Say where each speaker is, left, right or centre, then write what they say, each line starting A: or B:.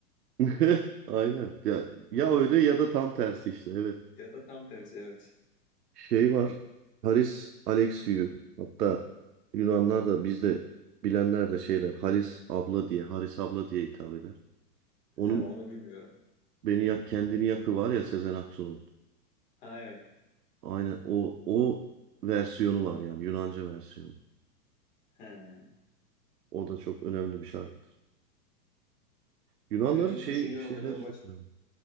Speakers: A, on the right (about 70°); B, on the left (about 15°).
A: <laughs> Aynen. Ya, ya öyle ya da tam tersi işte, evet.
B: Ya da tam tersi evet.
A: Şey var, Haris Alexiou. Hatta Yunanlar da bizde bilenler de şeyler, Haris abla diye, Haris abla diye hitap eder. Onun
B: He, onu bilmiyorum.
A: Beni Yak Kendini Yakı var ya Sezen Aksu'nun.
B: Ha evet.
A: Aynen o o versiyonu var yani Yunanca versiyonu.
B: He.
A: O da çok önemli bir
B: Ş-
A: şarkıdır. Yunanların
B: şöyle
A: şey
B: düşünüyorum
A: şeyleri
B: acaba baş-
A: çok önemli.